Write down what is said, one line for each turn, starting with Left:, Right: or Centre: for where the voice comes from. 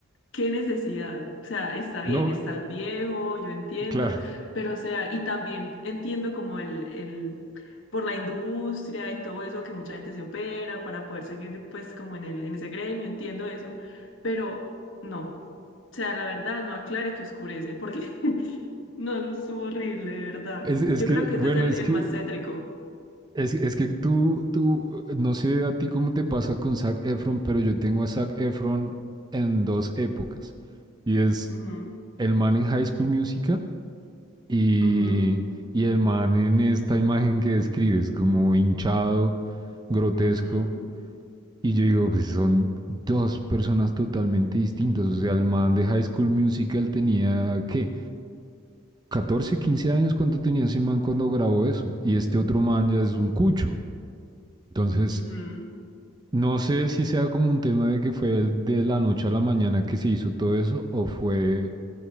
Left: ¿Qué necesidad? O sea, está bien,
Right: No,
Left: estás viejo, yo entiendo,
Right: claro,
Left: pero o sea, y también entiendo como el, el, por la industria y todo eso que mucha gente se opera para poder seguir pues como en el, en ese gremio, entiendo eso, pero no, o sea, la verdad no aclare que oscurece, porque <laughs> no, eso estuvo horrible, de verdad.
Right: es, es
Left: Yo
Right: que,
Left: creo que ese
Right: bueno,
Left: es el,
Right: es
Left: el
Right: que,
Left: más cétrico.
Right: es, es que tú, tú, eh, no sé a ti cómo te pasa con Zac Efron, pero yo tengo a Zac Efron en dos épocas. Y es
Left: Ujú,
Right: el man en High School Musical Y,
Left: ujú,
Right: y el man en esta imagen que describes, como hinchado, grotesco,
Left: ujú,
Right: y yo digo, pues son dos personas totalmente distintas. O sea, el man de High School Musical tenía, ¿qué? 14 15 años, ¿cuánto tenía ese man cuando grabó eso? Y este otro man ya es un cucho. Entonces,
Left: ujú,
Right: no sé si sea como un tema de que fue el de la noche a la mañana que se hizo todo eso o fue